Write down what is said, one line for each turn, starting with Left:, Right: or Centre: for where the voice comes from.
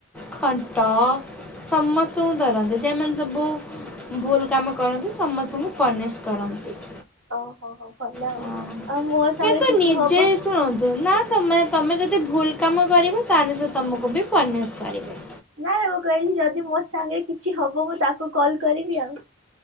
Centre: ଖଣ୍ଟ ସମସ୍ତ ଙ୍କୁ ଧରନ୍ତି। ଯେମାନେ ସବୁ ଭୁଲ କାମ କରନ୍ତି ସମସ୍ତଙ୍କୁ ପନିଶ କରନ୍ତି।
Right: ଓହୋ ହୋ ଭଲ। ଆଉ
Centre: ହଁ
Right: ଆଉ ମୋ ସାଙ୍ଗରେ
Centre: କିନ୍ତୁ
Right: କିଛି
Centre: ନିଜେ
Right: ହବ
Centre: ଶୁଣନ୍ତୁ ନା ତମେ ତମେ ଯଦି ଭୁଲ କାମ କରିବ ତାହେଲେ ସେ ତୁମକୁ ବି ପନିଶ କରିବେ।
Right: ନାଇଁ ନାଇଁ ମୁଁ କହିଲି ଯଦି ମୋ ସାଙ୍ଗରେ କିଛି ହବ ମୁଁ ତାକୁ କଲ୍ କରିବି ଆଉ।